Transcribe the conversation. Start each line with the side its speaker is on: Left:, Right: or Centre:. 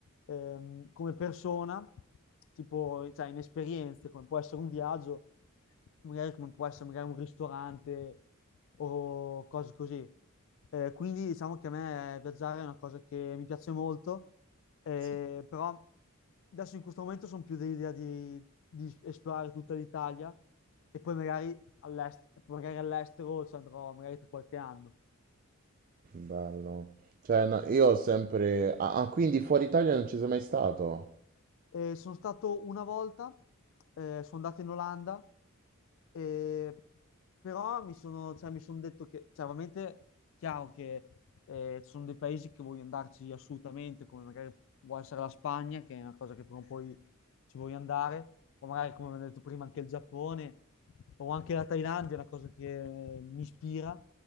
Left: ehm, come persona, tipo cioè, in esperienze, come può essere un viaggio, magari come può essere magari un ristorante o cose così. Eh, quindi diciamo che a me viaggiare è una cosa che mi piace molto, eh,
Right: Sì,
Left: però adesso in questo momento sono più dell'idea di, di esplorare tutta l'Italia e poi magari all'est- magari all'estero ci andrò magari tra qualche anno.
Right: bello. Cioè, no, io ho sempre... Ah, ah, quindi fuori Italia non ci sei mai stato?
Left: Eh, sono stato una volta, eh, sono andato in Olanda, eh, però mi sono, cioè, mi sono detto che, cioè, ovviamente, chiaro che eh, ci sono dei paesi che voglio andarci assolutamente, come magari può essere la Spagna, che è una cosa che prima o poi ci voglio andare, o magari, come ho detto prima, anche il Giappone, o anche la Thailandia, è una cosa che mi ispira,